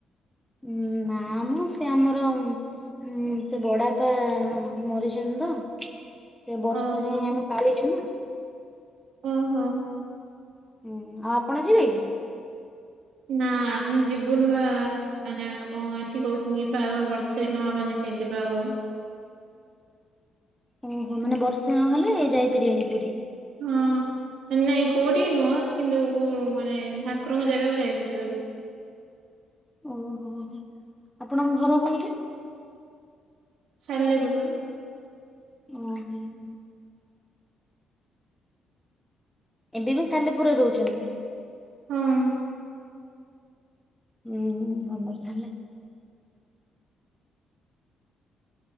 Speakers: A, in the centre; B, on the right (about 75°).
A: ଉଁ ନା ମ ସେ ଆମର ହୁଁ ସେ ବଡାପା ମାମୁଁ ମରିଚନ୍ତି ତ ସେ ବର୍ଷ
B: ଓହୋ
A: ଯାଏଁ ଆମେ ପାଳିଛୁ ନା।
B: ଓ ହୋ।
A: ହୁଁ ଆପଣ ଯିବେ କି?
B: ନା ଆମେ ଯିବୁନୁ ବା ମାନେ କଣ ଏଠି କହୁଛନ୍ତି ବାହାଘର ବର୍ଷେ ନହେବା ଯାଙ୍କେ ହେ ଯିବା ଅ।
A: ଓହୋ ମାନେ ବର୍ଷେ ନହଲେ ଯାଇପାରିବେନି ପୁରୀ?
B: ହଁ ନାଇଁ କୋଉଠିକି ନୁହଁ କିନ୍ତୁ କୋଉ ମାନେ ଠାକୁରଙ୍କ ଜାଗାକୁ ଯାଇପାରିବନି।
A: ଓହୋ ହୋ। ଆପଣଙ୍କ ଘର କୋଉଠି?
B: ସାଲେପୁର ହାଁ
A: ଓୁ ହୁ, ହୁଁ ହୁଁ <inaudible> ଏବେ ବି ସାଲେପୁରରେ ରହୁଛନ୍ତି।
B: ହଁ
A: ହୁଁ ଭଲ ତା ହଲେ <inaudible>